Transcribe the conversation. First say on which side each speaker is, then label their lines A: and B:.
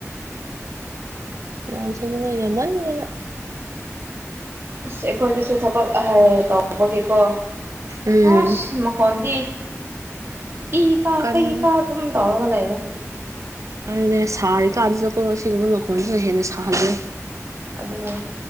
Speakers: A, on the right; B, on the right.
A: ꯐꯤꯔꯣꯟ ꯁꯨꯅꯤꯡꯉꯥꯢ ꯌꯥꯝꯃꯟꯗꯅ
B: ꯑꯩꯈꯣꯏꯗꯁꯨ ꯊꯕꯛ ꯑꯍꯩ ꯇꯧꯕꯒꯤ ꯀꯣ
A: ꯎꯝ
B: ꯑꯁ ꯃꯈꯣꯟꯗꯤ ꯏ ꯀꯥ
A: ꯀꯟꯅ
B: ꯄꯩ ꯀꯥ ꯑꯗꯨꯝ ꯇꯧꯔ ꯐꯣꯟ ꯂꯩꯔꯦ
A: ꯑꯗꯨꯅꯦ ꯁꯥꯔꯤꯀꯥꯟꯁꯤꯗꯀꯣ ꯁꯤꯒꯨꯝꯕ ꯃꯈꯣꯟꯁꯤꯅ ꯍꯦꯟꯅ ꯁꯥꯍꯜꯂꯦ
B: ꯑꯗꯨꯅꯤ